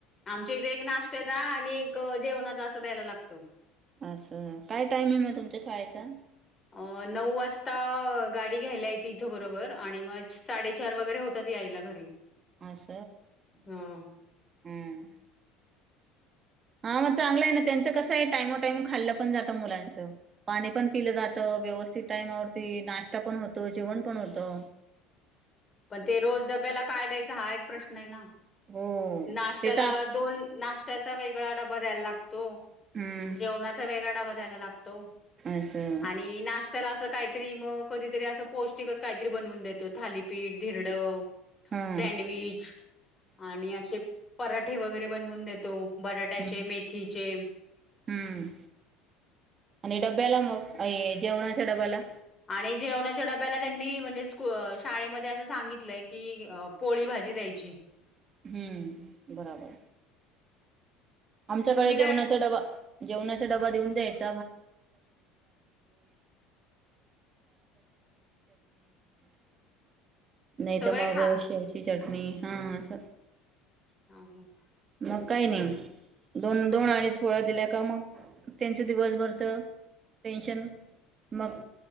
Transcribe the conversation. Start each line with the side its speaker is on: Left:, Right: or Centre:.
Left: आमच्या इथे एक नाशत्याचा आणि एक अ जेवणाचा असं द्यायला लागतो
Right: असं काय टाइम आहे मग तुमच्या शाळेचा
Left: अ नऊ वाजता अ गाडी घ्यायला येती इथं बरोबर आणि मग छ साडेचार वगैरे होतात याईला घरी
Right: आस
Left: हं.
Right: हम्म हां मग चांगलयेना त्यांचं कसं आहे टाईमो टाईम खाल्लं पण जात त मुलांचं पाणी पण पिलं जातं, व्यवस्थित टायमावरती नाश्ता पण होतो जेवण पण होतो.
Left: पण ते रोज डब्याला काय द्यायचं हा एक प्रश्न आहे ना?
Right: हो
Left: नाश्त्याला
Right: ते तर आप
Left: दोन ना श्त्याचा वेगळा डबा द्यायला लागतो.
Right: हम्म
Left: जेवणाचा वेगळा डबा द्यायला लाग तो
Right: असं
Left: आणि नाश्त्याला असं काहीतरी म कधीतरी असं पौष्टिकच काहीतरी बनवून देतो थाली पीठ, धिरडं
Right: हा
Left: सँडविच
Right: हम्म
Left: आणि अशे पराठे वगैरे बनवूण देतो. बटाट्याचे
Right: हम्म
Left: मेथीचे
Right: हम्म आणि डब्याला मग अय जेवणाच्या डब्याला
Left: आणि जेवणाच्या डाब्याला त्यांनी म्हणजे स्कुअ शाळेमध्ये असं सांगितलंय की अ पोळी भाजी द्यायची.
Right: हम्म बराबर आमच्याकडे
Left: तुम्ही
Right: जेवणाचा
Left: काय
Right: डबा, जेवणाचा
Left: हं,
Right: डबा देऊन देत <unintelligible> नाही
Left: सगळे
Right: तर मग
Left: खा
Right: शेवचीच चटणी हा अस
Left: ह हम.
Right: मग काही नाही दोन-दोन अडीच पोळ्या दिल्या का मग त्यांच दिवसभरच टेन्शन मग